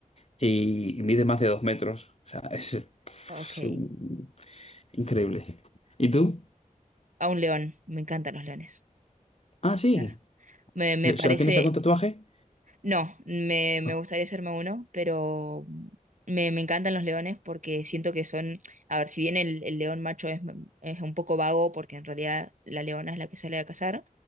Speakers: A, on the left; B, on the right.
A: Y, y mide más de 2 metros. O sea, es es
B: ok.
A: un- increíble. ¿Y tú?
B: A un león, me encantan los leones.
A: Ah, sí.
B: O sea, me, me
A: O
B: parece
A: sea, ¿tienes algún tatuaje?
B: No, me, me
A: Ah,
B: gustaría hacerme uno, pero me, me encantan los leones porque siento que son, a ver, si bien el, el león macho es, es un poco vago porque en realidad la leona es la que sale a cazar,